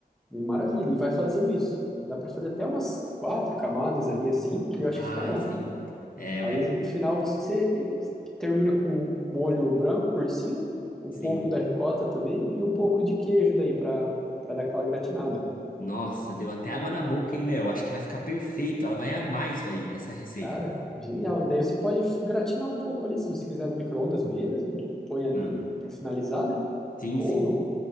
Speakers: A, in the centre; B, on the left (about 60°).
A: E maravilha, e vai fazendo isso. Dá pra fazer até umas quatro camadas ali assim, que eu acho
B: Ah,
A: que fica bom.
B: sim. É,
A: Aí
B: ué.
A: no final você termina com um molho branco por cima, um
B: Sim.
A: pouco da ricota também e um pouco de queijo daí para para dar aquela gratinada.
B: Nossa, deu até água na boca, hein, Léo? Acho que vai ficar perfeito. Ela vai amar isso aí, essa receita.
A: Cara, genial. E daí você pode gratinar um pouco ali, se você quiser no micro-ondas mesmo, põe ali
B: Ah,
A: para finalizar, né?
B: Sim,
A: Ou
B: sim,
A: no,